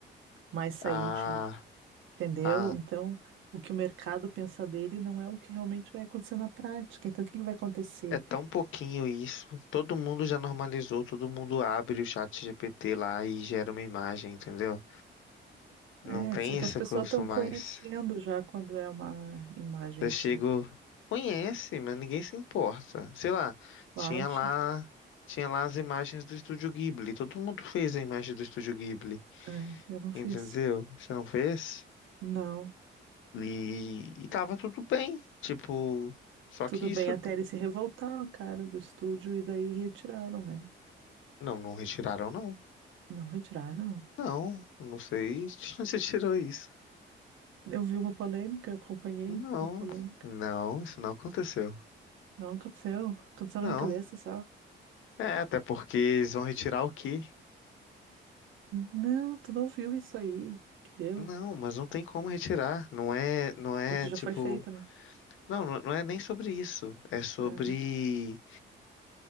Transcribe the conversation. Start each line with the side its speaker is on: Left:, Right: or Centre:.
Right: mais saiu
Left: A,
Right: Entendeu?
Left: a
Right: Então, o que o mercado pensa dele não é o que realmente vai acontecer na prática. Então, o que que vai acontecer?
Left: É tão pouquinho isso. Todo mundo já normalizou, todo mundo abre o chat GPT lá e gera uma imagem, entendeu? Não
Right: É,
Left: tem
Right: só que
Left: esse
Right: as pessoas
Left: curso
Right: estão
Left: mais.
Right: conhecendo já quando é uma imagem
Left: Eu chego,
Right: de
Left: conhece, mas ninguém se importa. Sei lá,
Right: baixa.
Left: tinha lá, tinha lá as imagens do Estúdio Ghibli. Todo mundo fez a imagem do Estúdio Ghibli,
Right: É, eu não fiz.
Left: entendeu? Você não fez?
Right: Não.
Left: E, e tava tudo bem. Tipo, só
Right: Tudo
Left: que isso,
Right: bem, até ele se revoltar, o cara do estúdio, e daí retiraram, né?
Left: não, não retiraram não.
Right: Não retiraram.
Left: Não, não sei <laughs> de onde você tirou isso.
Right: Eu vi uma polêmica, eu acompanhei
Left: Não,
Right: a polêmica.
Left: não, isso não aconteceu.
Right: Não aconteceu. Aconteceu
Left: Não.
Right: na minha cabeça só.
Left: É, até porque eles vão retirar o quê?
Right: Não, tu não viu isso aí que deu.
Left: Não, mas não tem como retirar. Não é, não é
Right: O que já
Left: tipo,
Right: foi feito, né?
Left: não, não não é nem sobre isso. É sobre
Right: É.